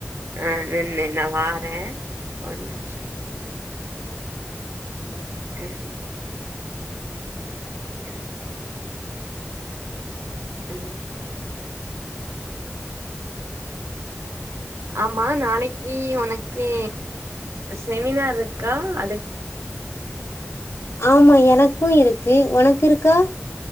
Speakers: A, on the right; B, on the left.
A: ஆ நில்லு நா நா வாரேன் அ ஒரு நிமிஷம் ம் ம் ம் ஆமா நாளைக்கு உனக்கு செமினார் இருக்கா அதுக்
B: ஆமா எனக்கும் இருக்கு உனக்கு இருக்கா